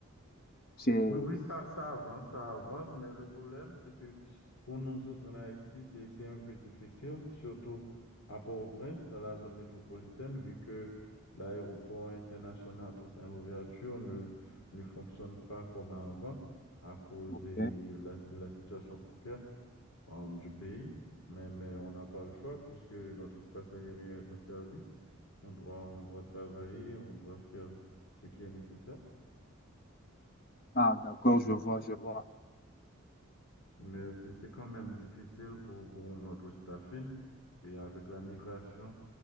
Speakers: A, on the left (about 45°); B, on the left (about 80°).
A: c'est...
B: Oui, oui, ça, ça avance, ça avance, mais le problème, c'est que pour nous autres en Haïti, c'est c'est un peu difficile, surtout à Port-au-Prince, dans la zone métropolitaine, vu que l'aéroport international Toussaint Louverture ne, ne fonctionne pas comme avant à cause
A: Ok.
B: des- la- de la situation précaire euh, du pays. Mais, mais on n'a pas le choix, puisque notre espace aérien est en service. On doit, on doit travailler, on doit faire ce qui est nécessaire.
A: Ah, d'accord, je vois, je vois.
B: Mais c'est c'est quand même difficile pour, pour notre staffing. Et avec la migration,